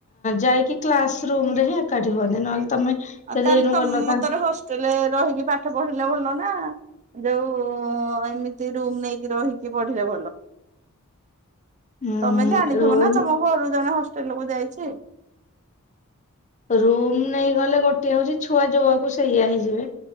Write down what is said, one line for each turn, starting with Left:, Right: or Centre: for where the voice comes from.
Left: ଯାଇକି କ୍ଲାସ ରୁମ ରେ ହିଁ ଏକାଠି ହୁଅନ୍ତି। ନହେଲେ ତମେ ଯଦି
Right: ତାହେଲେ
Left: ଏଇନୁ
Right: ତମ
Left: ଗଲ
Right: ମତରେ
Left: ତା
Right: ହଷ୍ଟେଲରେ ରହିକି ପାଠ ପଢିଲେ ଭଲ ନା। ଯୋଉ ଏମିତି ରୁମ୍ ନେଇକି ରହିକି ପଢି଼ଲେ ଭଲ।
Left: ହୁଁ
Right: ତମେ ଜାଣିଥିବ
Left: ରୁମ
Right: ନା ତମ ଘରୁ ଜଣେ ହଷ୍ଟେଲକୁୁ ଯାଇ ଛି।
Left: ରୁମ୍ ନେଇଗଲେ ଗୋଟେ ହଉଛି ଛୁଆ ଯୋଉକୁ ସେଇଆ ହେଇଯିବେ,